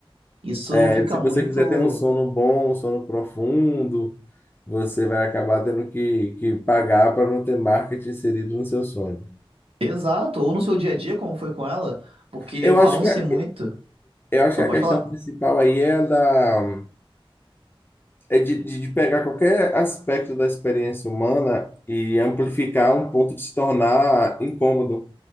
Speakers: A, on the right; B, on the left.
A: Isso
B: É,
A: fica
B: Se
A: muito.
B: você quiser ter um sono bom, um sono profundo, você vai acabar tendo que, que pagar para não ter marketing inserido no seu sonho.
A: Exato, ou no seu dia a dia, como foi com ela, porque
B: Eu
A: falam-se
B: acho que a,
A: muito.
B: eu acho
A: Não,
B: que a
A: pode
B: questão
A: falar.
B: principal aí é da é de, de de pegar qualquer aspecto da experiência humana e amplificar um ponto de se tornar incômodo.